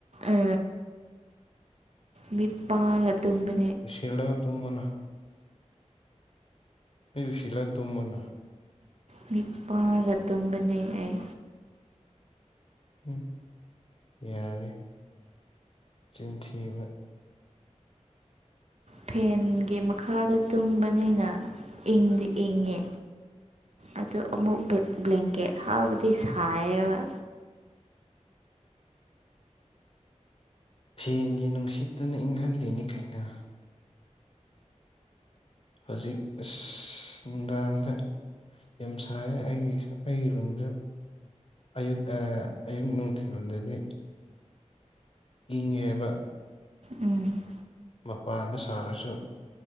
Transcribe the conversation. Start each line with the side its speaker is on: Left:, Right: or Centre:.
Right: ꯎ ꯃꯤꯠ ꯄꯥꯡꯂ ꯇꯨꯝꯃꯤ
Left: ꯁꯤꯜꯒ ꯇꯨꯃꯅ ꯃꯤꯔ ꯁꯤꯜꯂꯥ ꯇꯨꯝꯃꯅ
Right: ꯃꯤ ꯄ ꯔꯇꯣꯡꯒꯅꯤꯥꯏ
Left: ꯎꯝ ꯌꯥꯔꯦ ꯆꯤꯟꯊꯤꯕ
Right: ꯐꯦꯟꯒꯤ ꯃꯈꯥꯗ ꯇꯨꯝꯕꯅꯤꯅ ꯏꯪꯗꯤ ꯏꯪꯉꯦ ꯑ ꯑꯃꯨꯛ ꯕ꯭ꯂꯦꯡꯀꯦꯠ ꯍꯥꯎꯕꯗꯤ ꯁꯥꯏꯌꯦꯕ
Left: ꯐꯦꯟꯒꯤ ꯅꯨꯡꯁꯤꯠꯇꯨꯅ ꯏꯪꯍꯜꯂꯤꯅꯤ ꯀꯩꯅ ꯍꯧꯖꯤꯛ ꯑ ꯅꯨꯡꯗꯥꯡꯗ ꯌꯥꯝ ꯁꯥꯏ ꯑꯩꯒꯤ ꯑꯩꯒꯤ ꯔꯨꯝꯁꯨ ꯑꯌꯨꯛ ꯑꯌꯨꯛ ꯅꯨꯡꯊꯤꯜꯗꯗꯤ ꯏꯉꯦꯕ
Right: ꯎꯝ
Left: ꯃꯄꯥꯟꯗ ꯁꯥꯔꯁꯨ